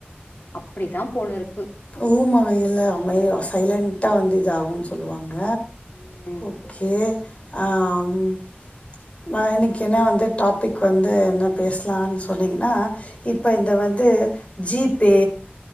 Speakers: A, on the left (about 50°); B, on the left (about 30°).
A: அப்டிதா போல இருக்கு
B: ஊம வெயில் அமைதியா சைலண்டட்டா வந்து இது ஆகுன்னு சொல்லுவாங்க
A: ம்
B: ஓகே ஆ ம் நா இன்னக்கி என்ன வந்து டாபிக் வந்து என்ன பேசலான்னு சொன்னிங்கன்னா இப்ப இந்த வந்து ஜி
A: ம்
B: பே